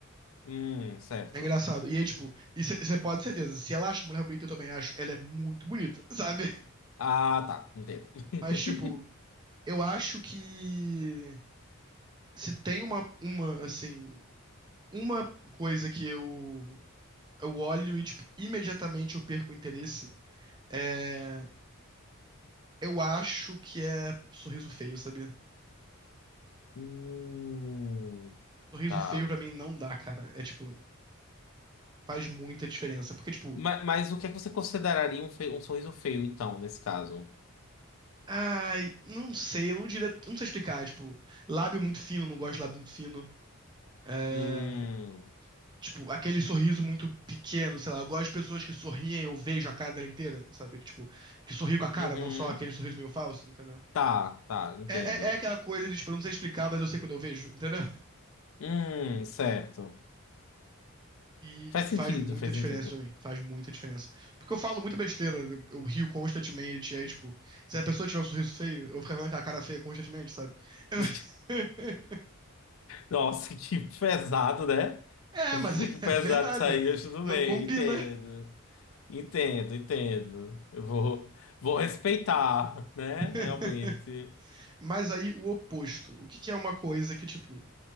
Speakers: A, on the left; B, on the right.
A: Hum, certo.
B: É engraçado. E aí, tipo, você pode ter certeza, se ela acha mulher bonita, eu também acho, ela é muito bonita, sabe? <laughs>
A: Ah, tá, entendo. <laughs>
B: Mas, tipo, eu acho que se tem uma, uma, assim, uma coisa que eu eu olho e, tipo, imediatamente eu perco o interesse. É, eu acho que é sorriso feio, sabia?
A: Hum,
B: Sorriso
A: tá.
B: feio pra mim não dá, cara. É tipo, faz muita diferença. Porque, tipo,
A: Mas, mas o que é que você consideraria um, fe- um sorriso feio, então, nesse caso?
B: ai, não sei, eu não diria, eu não sei explicar. É, tipo, lábio muito fino, não gosto de lábio muito fino. É,
A: Hum,
B: tipo, aquele sorriso muito pequeno, sei lá. Eu gosto de pessoas que sorriem, eu vejo a cara dela inteira, sabe? Que, tipo, que sorri com a cara,
A: uhum.
B: não só aquele sorriso meio falso, entendeu?
A: Tá, tá, entendo.
B: É, é, é aquela coisa de, tipo, eu não sei explicar, mas eu sei quando eu vejo, entendeu?
A: Hum, certo.
B: E,
A: Faz
B: tipo,
A: sentido,
B: faz muita
A: faz
B: diferença
A: sentido.
B: pra mim. Faz muita diferença. Porque eu falo muita besteira, eu, eu rio constantemente, e aí, tipo, se a pessoa tiver um sorriso feio, eu vou ficar vendo aquela cara feia constantemente, sabe? Eu-
A: <laughs>
B: <laughs>
A: Nossa, que pesado, né?
B: É,
A: Que
B: mas
A: que pesado
B: é verdade,
A: saiu,
B: mano.
A: mas tudo
B: Não
A: bem,
B: combina.
A: entendo. Entendo, entendo. Eu vou, vou respeitar, né?
B: <laughs>
A: Realmente.
B: Mas aí, o oposto. O que que é uma coisa que, tipo,